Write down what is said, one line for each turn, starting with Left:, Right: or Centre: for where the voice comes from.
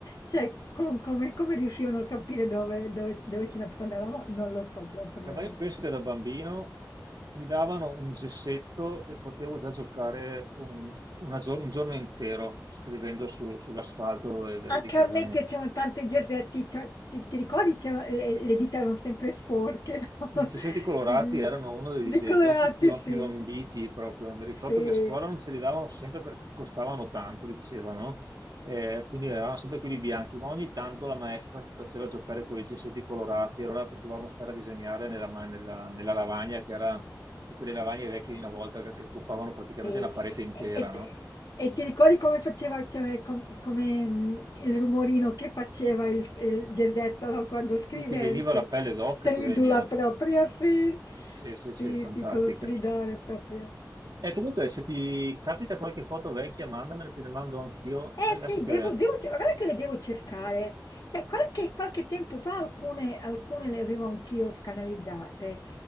Left: cioè con- come, come riuscivano a capire dove, dove- dove ci nascondevamo, non lo so proprio.
Right: Eh, Ma io penso che da bambino mi davano un gessetto e potevo già giocare un, una gior- un giorno intero scrivendo su- sull'asfalto eh, de-
Left: Anche
Right: di casa
Left: a me
Right: mia.
Left: piacevano tanto i gesetti, cioè, ti, ti ricordi? C'era- le, le dita erano sempre sporche, no?
Right: I
Left: <laughs>
Right: gessetti colorati
Left: Di,
Right: erano uno dei,
Left: di
Right: dei
Left: colorati,
Right: giochi più,
Left: sì,
Right: più ambiti proprio. Mi ricordo
Left: sì,
Right: che a scuola non ce li davano sempre perché costavano tanto, dicevano. Eh, quindi avevamo sempre quelli bianchi, ma ogni tanto la maestra ci faceva giocare con i gessetti colorati. Allora potevamo stare a disegnare nella, ma- nella- nella lavagna, che era di quelle lavagne vecchie di una volta che che occupavano praticamente
Left: sì.
Right: una parete intera,
Left: E, e ti
Right: no?
Left: e ti ricordi come faceva, cioè, com- come mm, il rumorino che faceva il, il gesetto, no? Quando scrivevi,
Right: Ti, ti veniva
Left: che
Right: la pelle d'oca,
Left: stridula
Right: ti veniva.
Left: propria, sì,
Right: Sì, sì, sì,
Left: sì,
Right: fantastica.
Left: sì, con lo stridore proprio.
Right: E comunque, se ti capita qualche foto vecchia, mandamela, te ne mando anch'io.
Left: Eh
Right: Adesso
Left: sì,
Right: che...
Left: devo, devo ce- guarda che le devo cercare. Cioè, qualche, qualche tempo fa alcune, alcune le avevo anch'io scanalizzate.